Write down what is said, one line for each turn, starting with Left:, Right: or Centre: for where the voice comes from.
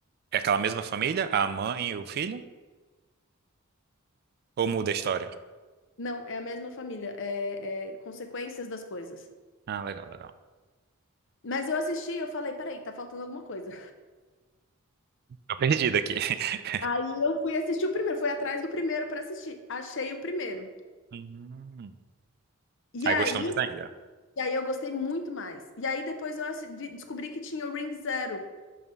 Right: É aquela mesma família? A mãe e o filho? Ou muda a história?
Left: Não, é a mesma família. É, é consequências das coisas.
Right: Ah, legal, legal.
Left: Mas eu assisti e eu falei, peraí, tá faltando alguma coisa.
Right: Tô perdido aqui. <laughs>
Left: Aí eu fui assistir o primeiro, fui atrás do primeiro pra assistir. Achei o primeiro.
Right: Hum.
Left: E
Right: Aí
Left: aí,
Right: gostou mais ainda.
Left: e aí eu gostei muito mais. E aí depois eu assi- vi- descobri que tinha o Ring Zero.